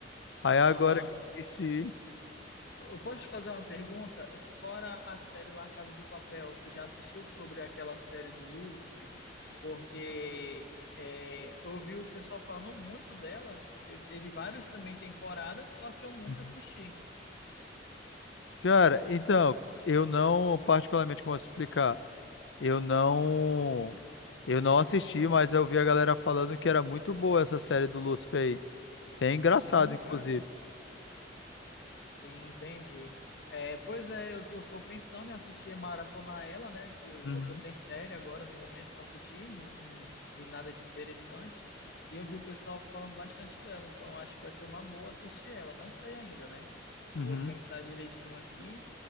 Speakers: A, on the left; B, on the left.
A: Aí agora
B: Aham.
A: que eu assisti,
B: Eu posso te fazer uma pergunta? Se Fora a série lá Casa de Papel, tu já assistiu sobre aquela série do Lúcifer? Porque é, eu ouvi o pessoal falando muito dela, te- teve várias também temporadas, só que eu nunca
A: Uhum.
B: assisti.
A: cara, então, eu não, particularmente, como eu te explicar, eu não, eu não assisti, mas eu vi a galera falando que era muito boa essa série do Lucifer aí. Bem
B: Sim,
A: engraçado, inclusive.
B: cara. Sim, entendi. É, pois é, eu, eu tô pensando em assistir, é, maratonar ela, né? Que eu
A: Uhum,
B: tô sem série agora no momento para assistir, não, não vi nada de interessante. E eu vi o pessoal falando bastante dela, então eu acho que vai ser uma boa assistir ela. Não sei ainda, né? Vou
A: uhum.
B: pensar direitinho aqui